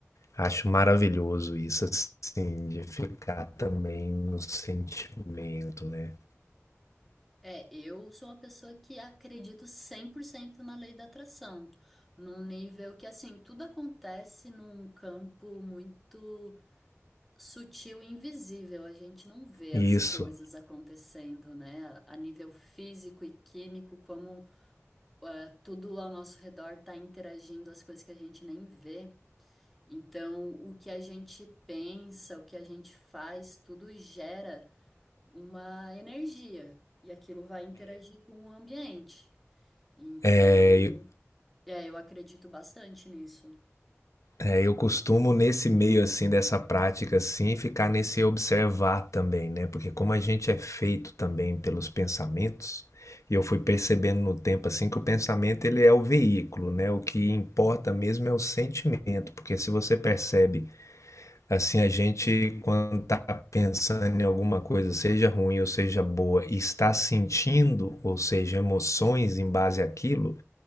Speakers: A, on the left (about 80°); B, in the centre.
A: Acho maravilhoso isso, assim, de ficar também no sentimento, né?
B: É, eu sou uma pessoa que acredito 100% na lei da atração, num nível que, assim, tudo acontece num campo muito sutil e invisível, a gente não vê
A: Isso.
B: as coisas acontecendo, né? A nível físico e químico, como ah, tudo ao nosso redor está interagindo, as coisas que a gente nem vê. Então, o que a gente pensa, o que a gente faz, tudo gera uma energia e aquilo vai interagir com o ambiente. Então,
A: É,
B: é, eu acredito bastante nisso.
A: É, eu costumo nesse meio assim dessa prática assim, ficar nesse observar também, né? Porque como a gente é feito também pelos pensamentos, e eu fui percebendo no tempo assim que o pensamento ele é o veículo, né? O que importa mesmo é o sentimento, porque se você percebe assim a gente quando está pensando em alguma coisa, seja ruim ou seja boa, e está sentindo, ou seja, emoções em base àquilo,